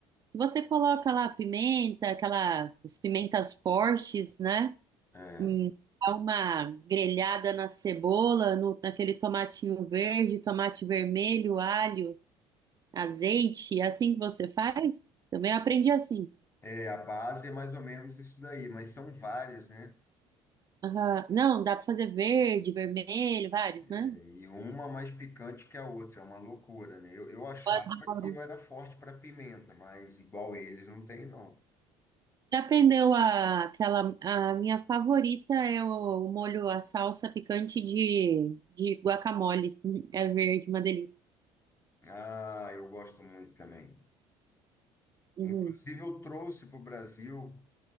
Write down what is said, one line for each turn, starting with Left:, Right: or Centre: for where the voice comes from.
Right: você coloca lá pimenta, aquela as pimentas fortes, né?
Left: É.
Right: Hum, dá uma grelhada na cebola, no, naquele tomatinho verde, tomate vermelho, alho, azeite. É assim que você faz? Também eu aprendi assim.
Left: É, a base é mais ou menos isso daí, mas são várias, né?
Right: Aham. Não, dá para fazer verde, vermelho, vários,
Left: É,
Right: né?
Left: E uma mais picante que a outra, é uma loucura, né? Eu, eu achava
Right: Eu adoro.
Left: que eu era forte para pimenta, mas igual eles não tem, não.
Right: Você aprendeu a, aquela, a minha favorita é o, o molho, a salsa picante de, de guacamole. <laughs> É verde, uma delícia.
Left: Ah, eu gosto muito também.
Right: Uhum,
Left: Inclusive, eu trouxe para o Brasil